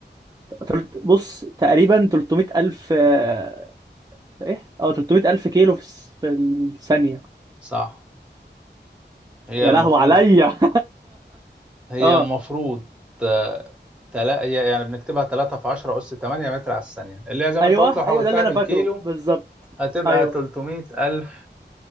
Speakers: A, on the right; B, in the centre.
A: تلت- بص تقريبا 300 الف آه، ايه اه 300 الف كيلو في الس- في الثانية
B: صح هي
A: يا
B: المفروض
A: لهو عليا <laughs>
B: هي
A: اه
B: المفروض آه، تلا هي يعني بنكتبها 3 في 10 أس 8 متر على الثانية اللي هي زي ما
A: ايوه
B: أنت قلت لو حولتها
A: ايوه ده اللي انا
B: بالكيلو
A: فاكره بالظبط
B: هتبقى
A: ايوه
B: 300 ألف